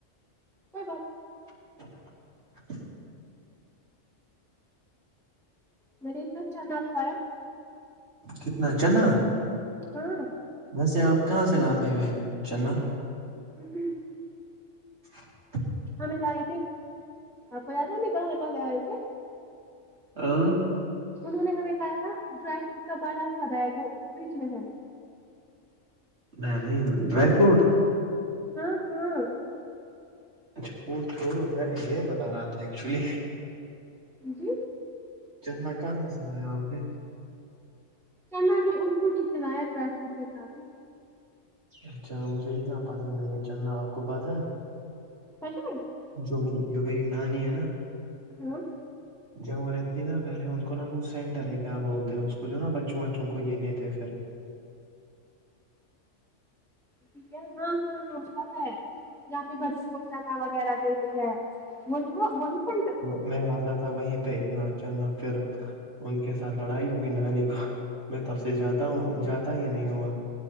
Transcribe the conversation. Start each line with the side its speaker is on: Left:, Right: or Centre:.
Centre: کیا بات
Right: <unintelligible>
Centre: میں نے اتنا اچا نہ کھایا
Right: کتنا چنا
Centre: ہاں
Right: ویسے آپ کہاں سے لاتے ہوئے چنا
Centre: <unintelligible>
Right: <unintelligible>
Centre: ہمیں لائی تھے آپ کو یاد ہے ہمبھی باہر والے آئے تھے
Right: ہاں
Centre: انہوں نے ہمیں لایا تھا ڈرائی فروٹ کا بڑا سا بیگ وہ فریج میں ہے
Right: میں نہیں ڈرائی فروٹ
Centre: ہاں ہاں
Right: اچھا وہ چھوڑو میں یہ بتا رہا تھا ایکچولی
Centre: جی
Right: چلنا کہاں چلایا آپ نے
Centre: کہنا بھی اوں نہیں للاایا ڈرائی فروٹ سے ساتادی
Right: اچھا مجھے اتنا پسند ہے کہ چلنا آپ کو پتہ
Centre: سجم
Right: جو میری جو میری نانی ہے نا
Centre: ہوں
Right: ج وہ رہتی ہے نا پہلے ان کو نام وہ سینٹر ہے کیا بولتے ہیں اس کو جو نا بچوں بچوں کو یہ دیتے پھر
Centre: ٹھیک ہے ہاں ہاں ہاں پتاہ ہے جہاں پہ بچوں کو چنا وغیرہ دیتے ہیں <unintelligible>
Right: محل آتا تھا وہیں پہ اتنا اچھا نہ پھر ان کے ساتھ لڑائی ہوئی نانی کو میں تب سے جاتا ہوں جاتا ہییا نہیں ہا